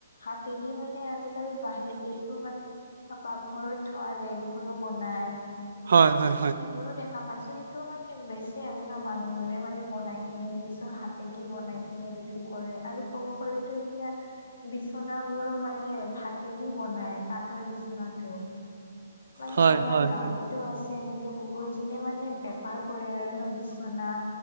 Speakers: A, on the left; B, on the right.
A: হাতেদি মানে আজিকালি বাহেকিতো মানে। ত পাকঘৰত থোৱা ৰেগ বোৰো বনাই
B: হয় হয় হয় হয়
A: সেইবোৰো দেখা পাইছো। সেই টো মানে বেচে আৰু না মানুহ বোৰে মানে বনাই কিনে নিজৰ হাতে দি বনাই কিনি বিক্ৰী কৰে। আৰু ক'ব গ'লে তো এতিয়া বিচনা বোৰো মানে হাতেদি বনাই কাঠৰ বিচনাটো মানে
B: হয়
A: আমাৰ
B: হয়
A: গাঁৱতো
B: হয়
A: আছে এনেক বহুত যোনে মানে বেপাৰ কৰে আৰু ন, বিচনা,